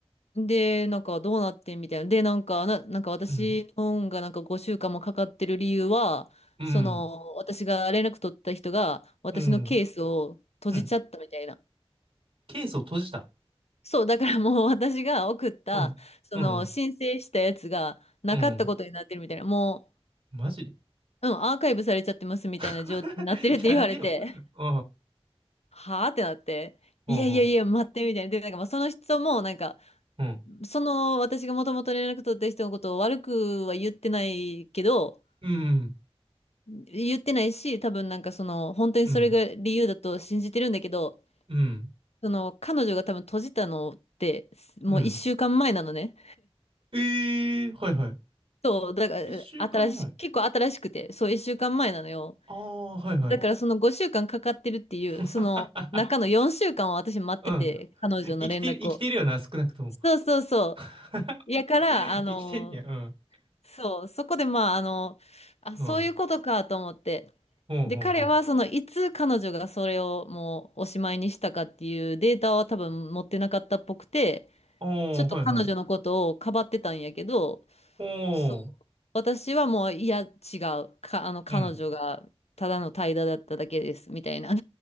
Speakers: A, on the left (about 80°); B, on the right (about 60°).
A: で、なんかどうなってんみたいな。で、なんか、な、なんか私の本がなんか5週間もかかってる理由は、
B: うん。うん。
A: その、私が連絡取った人が、私のケースを閉じちゃったみたいな。
B: うん。うん。ケースを閉じた。
A: そう、だからもう <laughs> 私が送った、
B: うん。
A: その、
B: うん。
A: 申請したやつがなかったことになってるみたいな。
B: うん。
A: も
B: マジで
A: う、うん、アーカイブされちゃってますみたいな状態になってるって言われて。
B: <laughs> なんでよ。うん。
A: はあってなって、
B: ほうほ
A: いやいやいや、待って、みたいな。で、なんかまあその人も、なんか、
B: う。うん。
A: その私がもともと連絡取った人のことを悪くは言ってないけど、
B: うん。
A: 言ってないし、多分なんかその、本当にそれが理由だと信じてるんだけど、
B: うん。うん。
A: その、彼女が多分閉じたのって、もう一週間前なのね。
B: うん。ええーはいはい。
A: そう、だから、
B: 一週間前。
A: 新し、結構新しくて、そう、一週間前なのよ。
B: ああ、はいはい。
A: だからその5週間かんかかってるっていう、
B: <laughs>
A: その、中の4週間を私待ってて、
B: うん。
A: 彼女の連絡を。
B: 生きてる、生きてるよな、少なくとも。
A: そうそうそ
B: <laughs>
A: う。いやから、
B: 生きてんねや、
A: あの、
B: うん。
A: そう、そこでまあ、あの、あ、
B: うん。
A: そういうことかと思って。
B: ほうほうほう。
A: で、彼はその、いつ彼女がそれをもうおしまいにしたかっていうデータは多分持ってなかったっぽくて、
B: おー、
A: ちょっと彼女のことをかばってたんやけど、
B: はいはい。うんおー、
A: そう。私はもう、いや、違う。か、あの、彼女が、
B: うん。
A: ただの怠惰だっただけです、みたいな。<laughs> っ